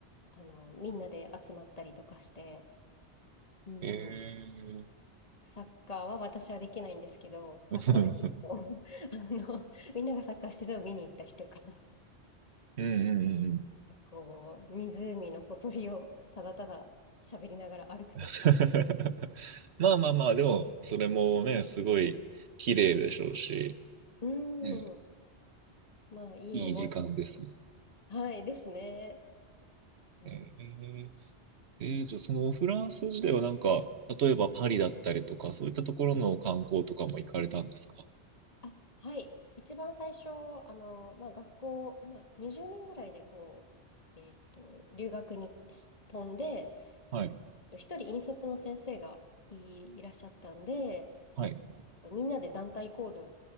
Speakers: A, on the left; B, on the right.
A: あの、みんなで集まったりとかして、うん、
B: えー、
A: サッカーは私はできないんですけど、サッカーしてると、
B: <laughs>
A: <laughs> あの、みんながサッカーしてるのを見に行ったりとか、
B: うんうんうんうん。
A: こう、湖のほとりをただただ喋りながら歩くとか、
B: <laughs> まあまあまあ、でも、それもね、すごい綺麗でしょうし、
A: う
B: ね、
A: ん、まあ、いい思い、
B: いい時間ですね。
A: はい、ですね。うん
B: えー、えーじゃあそのフランス自体はなんか、例えばパリだったりとか、そういったところの観光とかも行かれたんですか
A: あはい。一番最初、あの、まあ、学校、まあ、20人ぐらいでこう、えっと、留学にし飛んで、
B: はい。
A: 一人引率の先生がい、いらっしゃったんで、
B: はい。
A: みんなで団体行動